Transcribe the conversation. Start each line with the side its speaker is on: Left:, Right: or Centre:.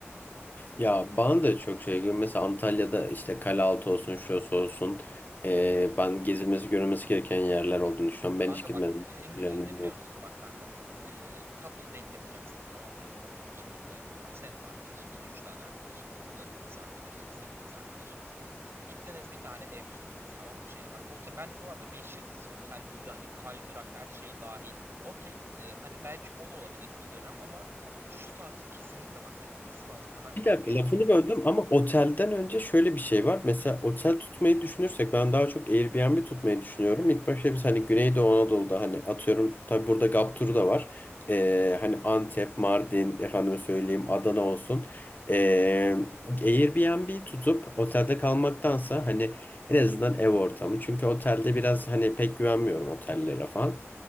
Left: Ya bana da çok şey geliyor. Mesela Antalya'da işte Kalealtı olsun, şurası olsun. Ee, ben gezilmesi görülmesi gereken yerler olduğunu düşünüyorum.
Right: Kanka
Left: Ben hiç gitmedim.
Right: bak en
Left: Yani,
Right: güzeli ne biliyor musun bak kanka. Ee, couple date yapacaksın tamam mı? Hani couple bir şekilde. Aa, Senin arkadaşın iki üç tane arkadaşın. Onların kız arkadaşları. Senin kız arkadaşın falan. Gittiniz bir tane ev tuttunuz tamam mı? Şeyden. Bak ote, ben bu arada 5 yıldız otel böyle hani kaydırak her şey dahil. Okey. Ee, hani belki o da olabilir bir dönem ama şu tatil kesinlikle bak yapılması lazım. Hemen tarif
Left: Bir dakika
Right: ediyorum
Left: lafını
Right: sana.
Left: böldüm ama otelden önce şöyle bir şey var. Mesela otel tutmayı düşünürsek ben daha çok Airbnb tutmayı düşünüyorum. İlk başta biz hani Güneydoğu Anadolu'da hani atıyorum tabii burada Gap turu da var. Ee, hani Antep, Mardin, efendime söyleyeyim Adana olsun. Ee, Airbnb tutup otelde kalmaktansa hani en azından ev ortamı. Çünkü otelde biraz hani pek güvenmiyorum otellere falan.